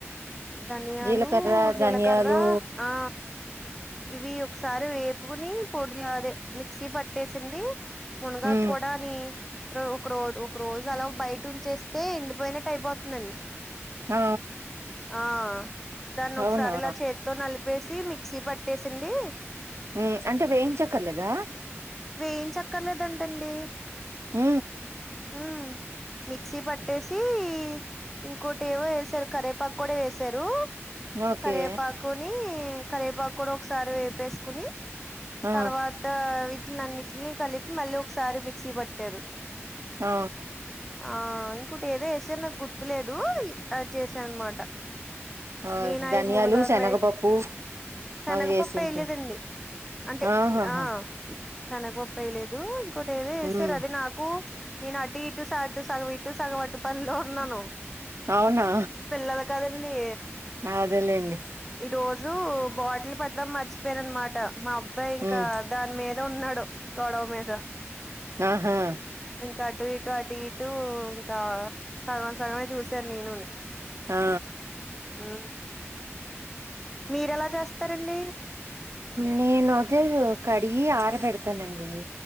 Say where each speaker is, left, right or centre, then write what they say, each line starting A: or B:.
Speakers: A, in the centre; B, on the right.
A: ధనియాలు,
B: జీలకర్ర
A: జీలకర్ర
B: ధనియాలు
A: ఆ ఇవి ఒకసారి వేపుకుని పొడిలా, అదే మిక్సీ పట్టేసింది. మునగాక్
B: ఉమ్
A: కూడా నీ రో ఒక రోజ్ ఒక రోజు అలా బయట ఉంచేస్తే ఎండిపోయినట్టు అయిపోతుందండి.
B: ఆ
A: ఆ దాన్ని ఒకసారి
B: అవునా
A: ఇలా చేతితో నలిపేసి మిక్సీ పట్టేససీన్డి
B: ఉ అంటే వేయించక్కర్లేదా?
A: వేయించక్కర్లేదంటండి
B: ఆ
A: హ మిక్సీ పట్టేసి ఇంకోటి ఏవో ఏసారు, కరేపాకు కూడా వేసారు.
B: ఓకే
A: కరివేపాకుని కరివేపాకు కూడా ఒకసారి వేపేసుకుని
B: ఆ
A: తర్వాత వీటిని అన్నింటిని కలిపి మళ్ళీ ఒకసారి మిక్సీ పట్టారు.
B: ఆ
A: ఆ ఇంకోటి ఏదో ఏసారు నాకు గుర్తులేదు, అది చేసానన్మాట.
B: ఆ
A: నేన్ అయ్
B: ధనియాలు
A: మున్గాక్ల
B: శనగపప్పు
A: అయ్ శనగపప్ప
B: అవి వేసుంటారు
A: ఏయలేదండి అంటే
B: ఆహాహా
A: ఆ సనగ పప్పు ఏయలేదు, ఇంకోటి ఏదో ఏసారు.
B: ఉమ్
A: అది నాకు నేను అటు ఇ ఇటు స అటు సగం ఇటు సగం అటు పల్లో ఉన్నాను
B: అవునా
A: పిల్లలు కదండి
B: అదేలేండి
A: ఈ రోజు బాటిల్ పట్టటం మర్చిపోయినన్మాట, మా అబ్బాయి ఇంకా
B: ఉమ్
A: దాని మీద ఉన్నాడు గొడవ మీద
B: ఆహా
A: ఇంకా అటు ట అటు ఇటు ఇంకా సగం సగమే చూశాను నేను నీ
B: ఆ
A: ఆ మీరెలా చేస్తారండి?
B: నేను ఆకదే కడిగి ఆర పెడతానండి.